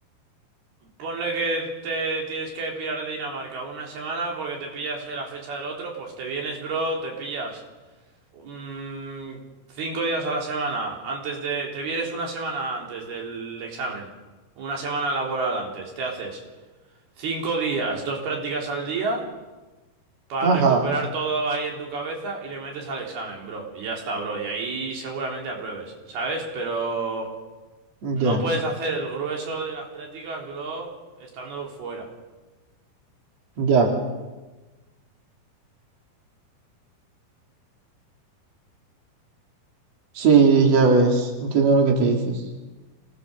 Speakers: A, on the right; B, on the right.
A: Ponle que te tienes que pirar de Dinamarca una semana porque te pillas eh, la fecha del otro, pues te vienes, bro, te pillas mm, cinco días a la semana antes de... Te vienes una semana antes del examen, una semana laboral antes, te haces cinco días, dos prácticas al día para
B: Ajá.
A: recuperar todo ahí en tu cabeza y le metes al examen, bro. Y ya está, bro, y ahí seguramente apruebes, ¿sabes? Pero
B: Ya,
A: no puedes hacer el grueso de las prácticas, bro, estando fuera.
B: ya. Sí, ya ves. Entiendo lo que te dices.